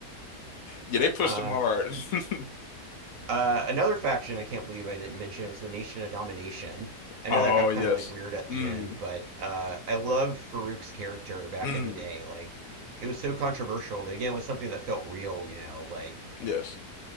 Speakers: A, on the left (about 70°); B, on the right (about 65°).
A: Yeah, they pushed
B: uh,
A: them hard. <laughs>
B: uh, another faction I can't believe I didn't mention was the Nation of Domination. I
A: Oh,
B: know that got
A: yes.
B: kind of like weird at the
A: Mm,
B: end, but uh, I loved Farouk's character back
A: mm,
B: in the day. Like, it was so controversial, but again, it was something that felt real. You know, like.
A: yes.